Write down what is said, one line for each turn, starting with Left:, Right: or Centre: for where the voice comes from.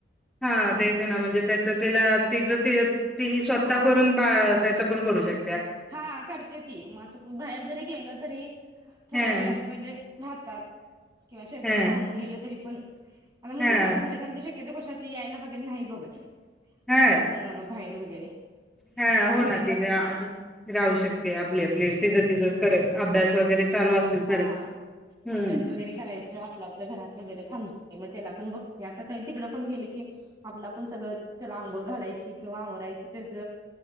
Centre: हा तेच ना म्हणजे त्याच तिला तिज ती येत ती स्वतः
Right: हा
Centre: करून बा अ त्या तु पण करून शक
Right: हा करते ती म असं कु बाहेर जरी गेलं तरी थोडा
Centre: ह
Right: वेळ असं म्हणजे राहतात किंवा शेजारी
Centre: ह
Right: सांगून गेलं तरी पण आता
Centre: हा
Right: मुलगी मोठी झालीया त्यामूळ ते श केतू कशी अशी यायला वगैरे नाही बघत.
Centre: हा
Right: घरातन बाहेर वगैरे
Centre: हा होना
Right: घरीच
Centre: तिचं
Right: असते
Centre: आजू
Right: ती
Centre: राहू शकते आपली आपली तिजं तिजं करत अभ्यास वगैरे चालू असेल
Right: हा
Centre: करत हम्म
Right: अभ्यास वगैरे करायचं आपलं आपल्या घरात वगैरे थांब ते मग त्याला पण बघते आता त तिकड पण गेली की आपल आपण पण सगळं त्याला आंघोळ घालायची किंवा आवरायचं त्यज